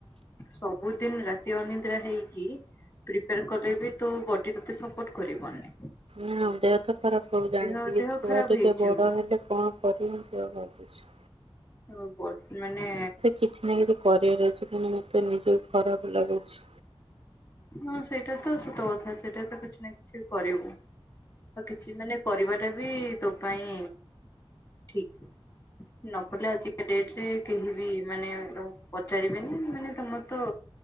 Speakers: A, on the left; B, on the right.
A: ସବୁଦିନ ରାତି ଅନିଦ୍ରା ହେଇକି ପ୍ରିପାର କଲେ ବି, ତୋ ବଡି ତତେ ସପୋର୍ଟ କରିବନି।
B: ନା ଦେହ ତ ଖରାପ ହବ ଜାଣିଛି,
A: ଦେହ ଦେହ
B: ଛୁଆ
A: ଖରାପ
B: ଟିକେ
A: ହେଇଯିବ।
B: ବଡ ହେଲେ କଣ କରିିମି ସେଇୟା ଭାବୁଚି।
A: ହଁ ବଡ ମାନେ
B: କିଛି ନା କିଛି କରିବାର ଅଛି, କିନ୍ତୁ ମତେ ନିଜକୁ ଖରାପେ ଲାଗୁଛି।
A: ହଁ ସେଇଟା ତ ସତ କଥା, ସେଇଟା ତ କିଛି ନା କିଛି କରିବୁ। ଆଉ କିଛି ମାନେ କରିବା ଟା ବି ତୋ ପାଇଁ ଠିକ୍, ନକଲେ ଆଜି ଡେଟ୍ରେ କେହିିବି ମାନେ ତମକୁ ପଚାରିବେନି ମାନେ ତମର ତ